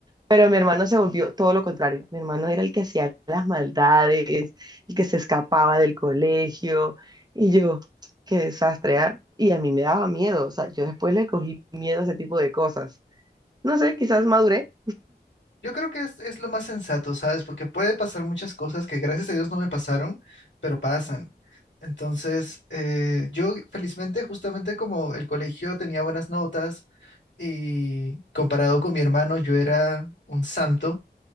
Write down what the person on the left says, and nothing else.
Yo creo que es, es lo más sensato, ¿sabes? Porque puede pasar muchas cosas que gracias a Dios no me pasaron, pero pasan. Entonces, eh, yo felizmente, justamente como el colegio tenía buenas notas y comparado con mi hermano, yo era un santo.